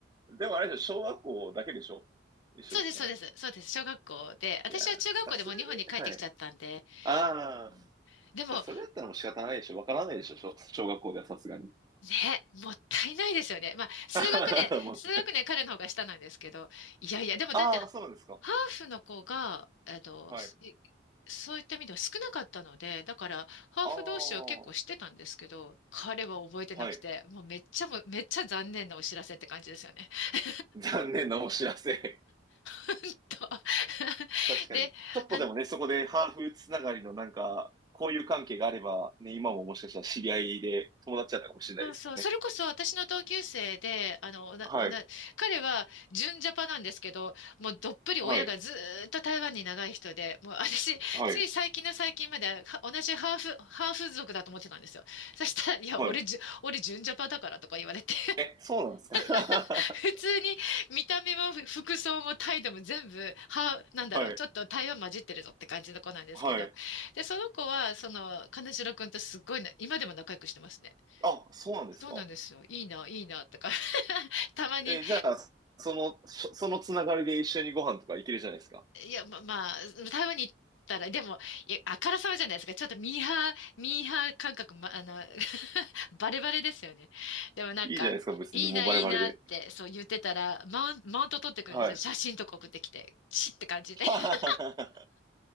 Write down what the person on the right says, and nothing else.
でもあれでしょ、小学校だけでしょ一緒だったの。
いやー、さすがに、はい。ああ、
じゃあそれだったらもう仕方ないでしょ。わからないでしょ、小、小学校ではさすがに。
<laughs> もう
ああ、そうなんですか。
はい。
ああ、は
い。
残念なお知らせ。
<laughs> 確かに。
ちょっとでもね、
そこでハーフつながりのなんか、交友関係があれば、ね、今ももしかしたら知り合いで友達だったかもしれないですもんね。
はい、
はい、
はい、
はい。
え、そうなんですか
<laughs>
はい、
はい。
あ、そうなんですか
え、じゃあ、その、そそのつながりで一緒にご飯とか行けるじゃないですか。
いいじゃないですか、別にもうバレバレで。
はい。
<laughs> は